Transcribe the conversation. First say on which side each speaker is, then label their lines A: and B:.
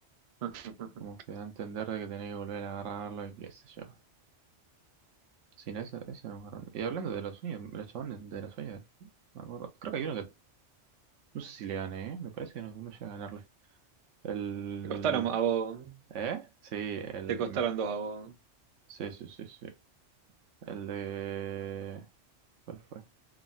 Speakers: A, on the right; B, on the right.
A: <laughs>
B: Como que da a entender de que tenés que volver a agarrarlo y qué sé yo. Sin eso, eso no agarran. Y hablando de los sueños, los chabones de los sueños, me acuerdo. Creo que hay uno que, no sé si le gané, ¿eh? Me parece que no, no llega a ganarle. El...
A: Te costaron a vos.
B: ¿Eh? Sí, el...
A: Te costaron
B: me-
A: dos a vos.
B: Sí, sí, sí, sí. El de... ¿Cuál fue?